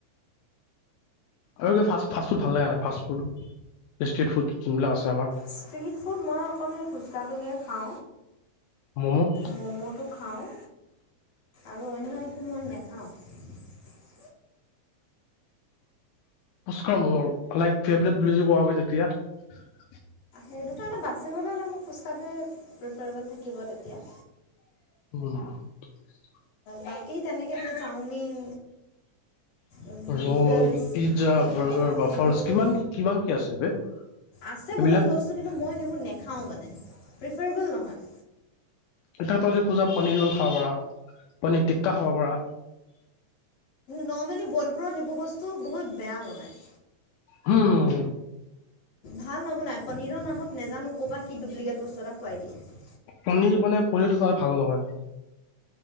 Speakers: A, on the left (about 75°); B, on the left (about 55°).
A: আৰু ফাছ ফু ফাছ ফুড ভাল নখে নাই ফ ফুড ষ্ট ফুড যোনবিলাক আছে আমাৰ।
B: ষ্ট্ৰিট ফুড মই অকল সে খোজকাটোকে। অ।
A: ম'ম'
B: মম'টো খাওঁ আৰু অন্য একো মই নে। <unintelligible>
A: উচকা মৰ লাইক ফেভৰেট বুলি কোৱা হয় যেতিয়া।
B: সেই দুতাৰণত বাচিবলৈ হ'লে মোৰ খোজ কঢ়ে প্ৰিফাৰবেল থাকিব তেতিয়া।
A: <unintelligible>
B: বাকী তেনেকে মানে চাওমিন। এইবোৰ
A: ৰোল
B: নুডলছ
A: পিজ্জা
B: এইবোৰ
A: বাৰ্গাৰ বাফাৰ্চ
B: এইবোৰ
A: কিমান কি কিমান কি আছে বে
B: আছে
A: এইবিলাক
B: বহুত বস্তু কিন্তু মই সেইবোৰ নেখাও মানে। প্ৰিফেবল নহয়।
A: এটা তলি খোজা পনীৰ ৰোল খাব পাৰা, পনীৰ টিক্কা খাব পাৰা।
B: নৰ্মেলি বলপুৰত সেইবোৰ বস্তু বহুত বেয়া বনায়।
A: হম
B: ভাল নবনাই পনীৰৰ নামত নাজানো ক'ৰ পৰা কি ডুপ্লিকেট বস্তু এটা খুৱাই দিয়ে।
A: পনীৰ মানে পনীৰটো তাৰে ভাল নহয়।